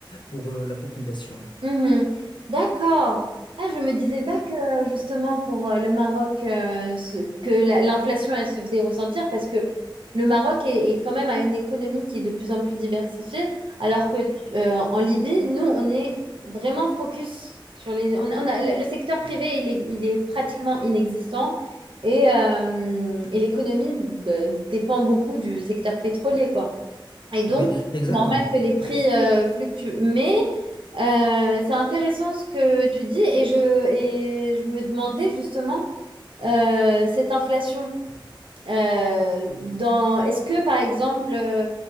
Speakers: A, on the left; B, on the right.
A: pour euh, la population.
B: Mhm. D'accord. Ah, je me disais pas que justement pour euh, le Maroc, euh, ce- que la- l'inflation, elle se faisait ressentir parce que le Maroc est, est quand même à une économie qui est de plus en plus diversifiée, alors que tu- euh, en Libye, nous, on est vraiment focus sur les... On, on a, le secteur privé, il est, il est pratiquement inexistant et, euh, et l'économie bah, dépend beaucoup du secteur pétrolier, quoi. Et donc,
A: Oui, exactement.
B: c'est normal que les prix euh, fluctuent. Mais euh, c'est intéressant ce que tu dis et je, et je me demandais justement euh, cette inflation. euh, dans, est-ce que, par exemple, euh,